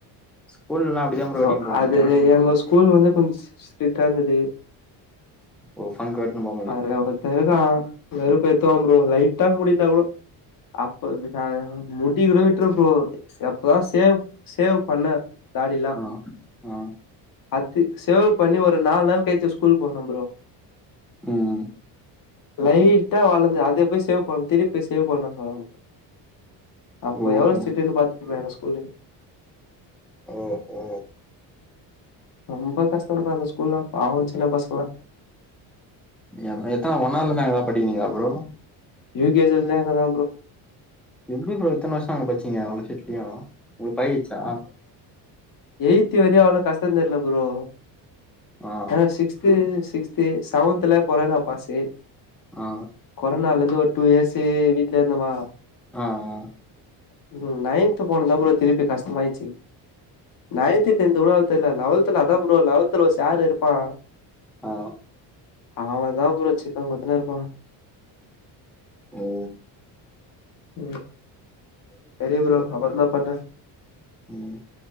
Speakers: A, in the centre; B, on the left.
A: ஸ்கூல்லலா அப்டிதா
B: ப்ரோ
A: வெட்டினு போவீங்க
B: அது எங்க ஸ்கூல் வந்து கொஞ்ச் ஸ் ஸ் ஸ்ரிட்டா இருந்தது
A: ஓ ஃபங்க் வெட்டுனுமோ
B: அதுல ஒருத்தே இருக்கா வெறுப்பேத்துவா ப்ரோ லைட்டா முடி இருந்தா கூடோ அப்ப வி ஹ முடி கூட விட்ரு ப்ரோ ச அப்பதா சேவ் சேவ் பண்ணே தாடி லா
A: ஆ ஆ
B: அத்து சேவ் பண்ணி ஒரு நால் நாள் கழிச்சு ஸ்கூலுக்கு போனே ப்ரோ
A: ம்
B: லைட்டா வளர்து அத போய் சேவ் பண்ணு திருப்பி போய் சேவ் பண்ண சொன்னா ப்ரோ அப்போ
A: ஓஹோ
B: எவ்ளோ ஸ்டிக்டு பாத்துகங்க எங்க ஸ்கூல்லு.
A: ஓ கோ
B: ரொம்ப கஷ்டம் பா அந்த ஸ்கூல்லா, பாவோ சின்ன பசங்களா
A: யா அங்க எத்தன ஒன்னாவதுல இருந்து அங்க தான் படிக்கிறீங்களா ப்ரோ
B: யூ கே ஜி ல இருந்தே, அங்க தா ப்ரோ.
A: எப்டி ப்ரோ இத்தன வருஷோ அங்க படிச்சீங்க அவ்ளோ ஸ்ட்ரீட்லயு உங்களுக்கு பழகிருச்சா
B: யெய்த்வரியு அவ்ளோ கஷ்ட தெர்ல ப்ரோ.
A: ஆ
B: ஆனா சிக்ஸ்து, சிக்ஸ்து, செவன்துல கொரோனா பாசு.
A: ஆ
B: கொரோனால இருந்து ஒரு டூ இயர்ஸ்சு, வீட்ல இருந்தம்மா.
A: ஆ ஆ
B: ம் நைன்த் போனது தா ப்ரோ திருப்பி கஷ்டமாயிருச்சு. நைன்த், டென்த்து கூட அவ்ளோ தெர்ல, லெவல்து ல அதா ப்ரோ லெவல்து ல ஒரு சாரு இருப்பா.
A: ஆ
B: அவ தா ப்ரோ சிக்கன் குத்துன்னே இருப்பா.
A: ஓ
B: ம் செரி ப்ரோ, அப்பறமா பண்றே.
A: ம்